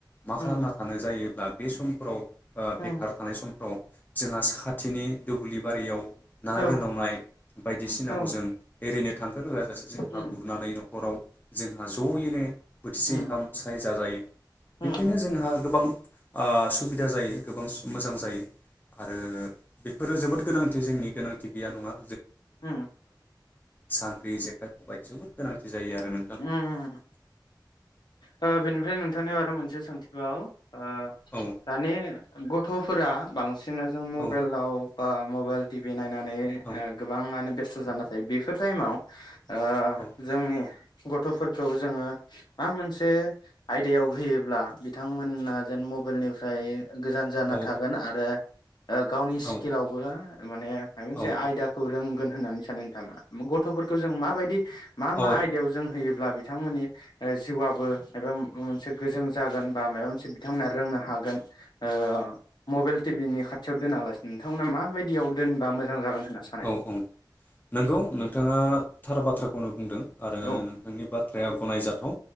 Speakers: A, on the left (about 25°); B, on the left (about 65°).
A: मा खालामना
B: उम
A: थानो जायोब्ला बे समफोराव ओ बेखार
B: उम
A: थानाय समफ्राव जोंहा खाथिनि दुब्लि बारियाव ना
B: औ
A: रोनावनाय बायदिसिनाखौ
B: उम
A: जों ओरैनो थांगार होआ जासे जों
B: उम
A: ना गुरनानै न'खराव जोंहा ज'यैनो बोथिसे
B: उम
A: ओंखाम स्राय जाजायो बिब्दिनो
B: उम
A: जोंहा गोबां आ सुबि दा जायो गोबां मोजां जायो आरो बेफोरो जोबोद गोनांथि जोंनि गोनांथि गैया नङा
B: हम
A: सानद्रि जेखाइ खबाय जोबोद गोनांथि जायो आरो नोंथां
B: हम हम हम ओ बेनिफ्राय नोंथांनियाव आरो मोनसे सोंथि बाव आ
A: औ
B: दानि ग थ'फोरा बां सिना जों मबेलाव
A: औ
B: बा मबाइल टिभिनाय नानै
A: औ
B: ओ गोबाङानो बे खस्थ जाना थायो बेफोर टाइमाव ओ
A: औ
B: जोंनि गथ'फोरखौ जोङो मा मोनसे आयदायाव होयोब्ला बिथांमोना जेन मबेलनिफ्राय गोजान जाना
A: औ
B: थागोन आरो ओ गावनि स्किललावबो
A: औ
B: माने माबा मोनसे
A: औ
B: आयदाखौ रोंगोन होननानै सानो नोंथाङामा गथ'फोरखौ जों माबायदि मा मा
A: औ
B: आयदायाव होयोब्ला बिथांमोननि ओ जिउआबो मायबा मोनसे गोजों जागोन बा मायबा मोनसे बिथांमोना रोंनो हागोन ओ मबेल टिभिनि खाथि थियाव दोनालासिनो नोंथांमोना माबायदियाव दोनबा मोजां जागोन होनना सानो
A: औ औ नोंगौ नोंथाङा थार बाथ्राख खौनो बुंदों आरो
B: औ
A: नोंथांनि बाथ्राया गनायजाथाव